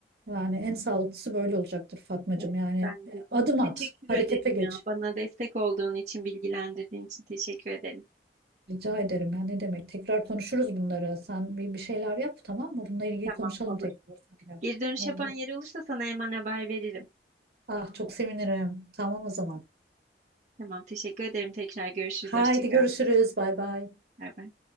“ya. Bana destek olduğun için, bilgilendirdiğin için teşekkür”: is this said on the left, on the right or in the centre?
Right